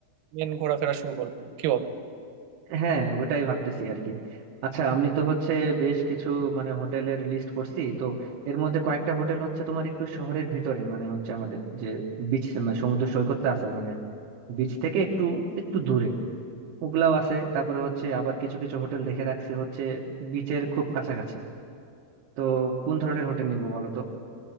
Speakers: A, on the right; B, on the right.
A: মেন ঘোরাফেরা শুরু করলাম কি বলো
B: হ্যাঁ ওটাই ভাবতেছি আর কি আচ্ছা আমি তো হচ্ছে বেশ কিছু মানে হোটেলের লিস্ট করছি তো এর মধ্যে কয়েকটা হোটেল হচ্ছে তোমার একটু শহরের ভিতরে মানে হচ্ছে আমাদের যে বিচ সমুদ্র সৈকতটা আছে মানে বিচ থেকে একটু একটু দূরে ওগুলাও আছে তারপরে হচ্ছে আবার কিছু কিছু হোটেল দেখে রাখছি হচ্ছে বিচের খুব কাছাকাছি তো কোন ধরনের হোটেল নিব বলো তো